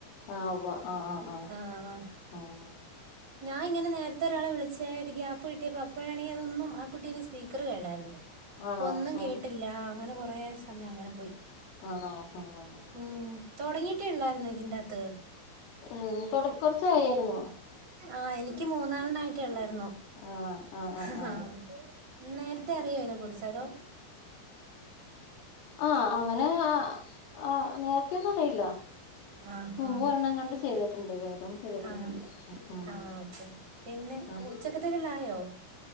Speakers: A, on the left (about 80°); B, on the right (about 25°).
A: ആ ഉവ്വ് ആഹ് ആഹ്
B: ആഹ്
A: ആഹ് ആഹ്
B: ഞാൻ ഇങ്ങനെന്നെ നേരത്തെ ഒരാളെ വിളിച്ചേ ഒരു ഗ്യാപ്പ് കിട്ടിയപ്പോ അപ്പോഴണെങ്കി അതൊന്നും ആ കുട്ടീന്റെ സ്പീക്കർ കേടായിരുന്നു അപ്പൊ
A: ആണോ
B: ഒന്നും
A: ആഹ്
B: കേട്ടില്ല അങ്ങനെ കൊറെ സമയം അങ്ങനെ പോയി.
A: ആണോ ആഹ്
B: ഉം തുടങ്ങിട്ടേ ഉള്ളായിരുന്നോ ഇതിന്റെകത്ത്
A: ഉം തുട കൊറച്ചായിരുന്നു.
B: ആഹ് എനിക്ക് മൂന്നാളിനായിട്ടെ ഉള്ളായിരുന്നു
A: ആണോ ആഹ് ആഹ് ആഹ്
B: ഹ് ഹാ
A: ആഹ്
B: നേരത്തെ അറിയോ അതിനെ കുറിച്ച് അതോ
A: ആഹ് അങ്ങനെ ആഹ് ആഹ് നേര <unintelligible>
B: ആ ഹാ
A: മുമ്പ് ഒരെണ്ണം ങ്ങാണ്ട് ചെയ്തിട്ടുണ്ട് വേറെ പ്പം ചെയ്തിട്ടൊന്നുല്ല
B: ആ
A: ഉം ഉം
B: ആ ഓക്കെ പിന്നെ
A: ആഹ്
B: ഉച്ചക്കത്തേക്കുള്ളായോ